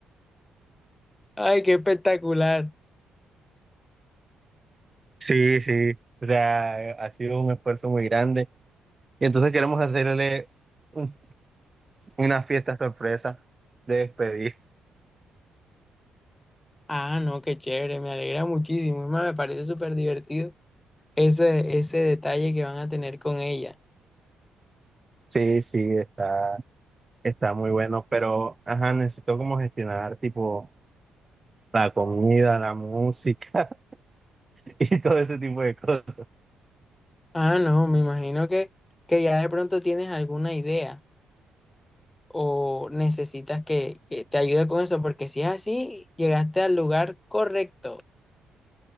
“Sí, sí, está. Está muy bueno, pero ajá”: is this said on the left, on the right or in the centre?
Right